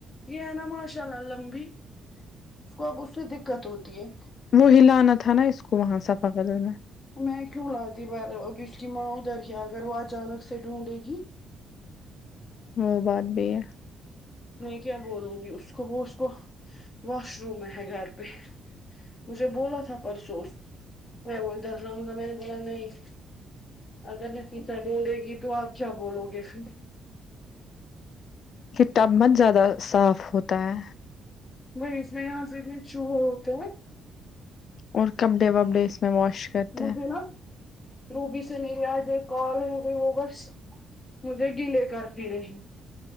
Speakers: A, on the left; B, on the left.
A: یہ ہے نا ماشاء اللہ لمبی اس کو اب اس سے دقت ہوتی ہے
B: وہی لانا تھا نا اس کو وہاں سفا کدل میں
A: میں کیوں لاتی بار اب اس کی ماں ادھر ہی اگر وہ اچانک سے ڈھونڈے گی
B: وہ بات بھی ہے
A: میں کیا بولوں گی اس کو وہ اس کو واش روم میں ہے گھر پہ مجھے بولا تھا پرسو اس نے میں وہ ادھر لاؤں گا میں نے بولا نہیں اگر نفیسہ ڈھونڈے گی تو اپ کیا بولو گے پھر
B: ٹب مت زیادہ صاف ہوتا ہے
A: ب اس میں یہاں سے چ ہو تو
B: اور کپڈے وپڑے اس میں واش کرتے
A: وہی
B: ہیں
A: نا روبی سے میری اج ایک کال ہو گئی تو وہ بس مجھے گیلے کرتی رہی